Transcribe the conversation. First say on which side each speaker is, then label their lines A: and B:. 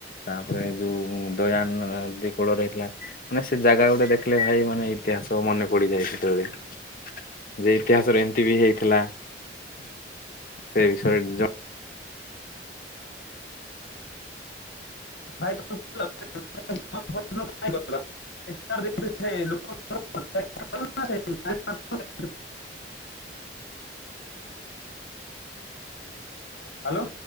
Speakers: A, on the left; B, on the left.
A: ତାପରେ ଯୋଉ-ଉ-ଉ ଦୟାନ-ଅ ନଦୀ କୂଳରେ ହେଇଥିଲା ମାନେ ସେ ଜାଗା ଗୋଟେ ଦେଖିଲେ ଭାଇ ମାନେ ଇତିହାସ ମନେ ପଡିଯାଏ ସେତେବେଳେ। ଯେ ଇତିହାସରେ ଏମିତି ବି ହେଇଥିଲା ସେ ବିଷୟରେ ଜ
B: ଭାଈ <unintelligible> <unintelligible> <unintelligible> ହାଲୋ।